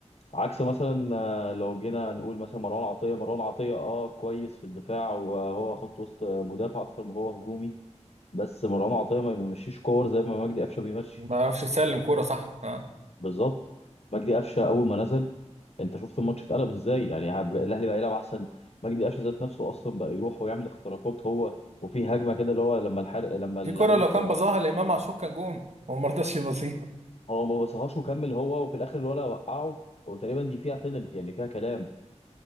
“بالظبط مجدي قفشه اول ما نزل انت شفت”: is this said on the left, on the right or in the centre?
Left